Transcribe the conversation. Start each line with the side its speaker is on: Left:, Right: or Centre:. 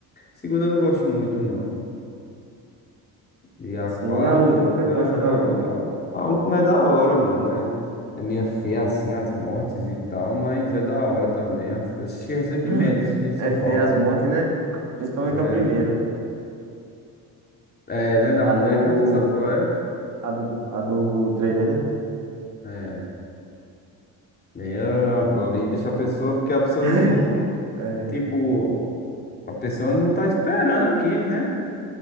Left: Segunda eu não gosto muito, não. E a
Right: Sim,
Left: quarta,
Right: a última.
Left: é,
Right: O que é que tu achou da última?
Left: a, u- a-
Right: <sighs>
Left: a última é da hora, mano. É, é minha fé assim, as mortes e tal, mas é da hora também. Ass- Assisti recentemente,
Right: <laughs>
Left: assisti em São
Right: É
Left: Paulo.
Right: feia as mortes, né? Principalmente
Left: É,
Right: a primeira.
Left: é, né, da
Right: A
Left: moleca,
Right: do.
Left: tu sabe qual é?
Right: A do, a do trailer, né?
Left: É, meio ali deixa a pessoa, porque a pessoa
Right: <laughs>
Left: não, não-
Right: É.
Left: tipo, a pessoa não tá esperando aquilo, né?